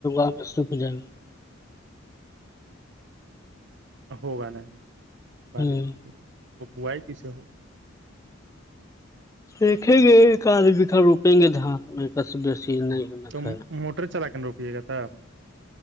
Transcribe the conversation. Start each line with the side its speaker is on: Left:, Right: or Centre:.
Left: آم سوکھ جائے گا <inaudible>
Right: ہوگا نہیں بارش
Left: ہ
Right: وہ بائی کیس سے ہوگا
Left: دیکھیں گے آد بکھا روپیں گے دھات میں کس بیسی نہیں ہمت
Right: تو
Left: ہے
Right: موٹر چلا کے روکیے گا تھا